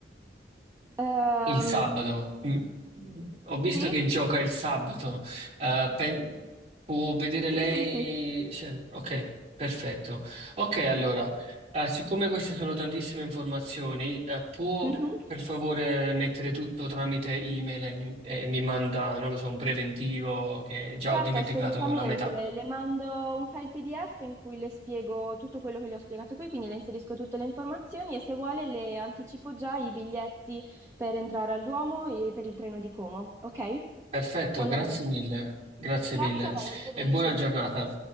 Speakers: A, on the right; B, on the right.
A: Ehm,
B: Il sabato. Mm, Ho visto
A: sì,
B: che gioca il sabato. Eh, pe- può vedere
A: sì,
B: lei?
A: sì, sì.
B: cioè, ok, perfetto. Ok, allora, eh, siccome queste sono tantissime informazioni, eh, può
A: Mhm.
B: per favore mettere tutto tramite email e, mi e mi manda, non lo so, un preventivo che già
A: Certo,
B: ho dimenticato
A: assolutamente.
B: la metà.
A: Le mando un file PDF in cui le spiego tutto quello che le ho spiegato qui, quindi le inserisco tutte le informazioni e se vuole le anticipo già i biglietti per entrare al Duomo e per il treno di Como, ok?
B: Perfetto,
A: Può andare
B: grazie
A: bene?
B: mille. Grazie
A: Grazie
B: mille
A: a lei, arrivederci.
B: e buona giornata.